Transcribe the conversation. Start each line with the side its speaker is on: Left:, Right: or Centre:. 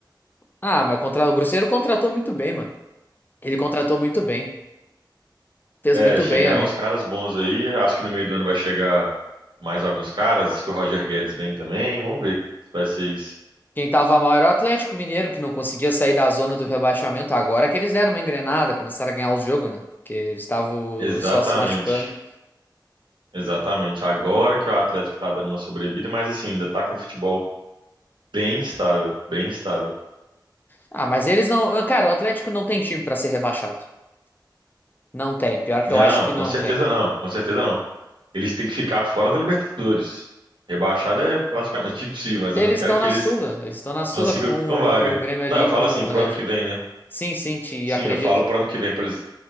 Left: Ah, mas contra... o Cruzeiro contratou muito bem, mano. Ele contratou muito bem. Fez
Right: É,
Left: muito
Right: chegaram
Left: bem ali.
Right: os caras bons aí. Acho que no meio do ano vai chegar mais alguns caras. Diz que o Roger Guedes vem também. Vamos ver se vai ser isso.
Left: Quem tava mal era o Atlético Mineiro, que não conseguia sair da zona do rebaixamento. Agora que eles deram uma engrenada, começaram a ganhar os jogos, né? Porque eles estavam
Right: Exatamente.
Left: só se machucando.
Right: Exatamente. Agora que o Atlético tá dando uma sobrevida, mas assim, ainda tá com o futebol bem estável, bem estável.
Left: Ah, mas eles não. ah, Cara, o Atlético não tem time pra ser rebaixado. Não tem. Pior que
Right: Não,
Left: eu acho que
Right: com
Left: não
Right: certeza
Left: tem.
Right: não, com certeza não. Eles têm que ficar fora da Libertadores. Rebaixada é praticamente <laughs> impossível, mas
Left: Eles
Right: eu não quero
Left: estão
Right: que
Left: na
Right: eles
Left: Sula. Eles estão na Sula
Right: consigam
Left: com,
Right: vaga.
Left: com o Grêmio ali,
Right: Não, eu falo
Left: com
Right: assim,
Left: o
Right: pro
Left: Atlético.
Right: ano que vem, né?
Left: Sim, sim, te
Right: Sim,
Left: acredito.
Right: eu falo pro ano que vem, pra eles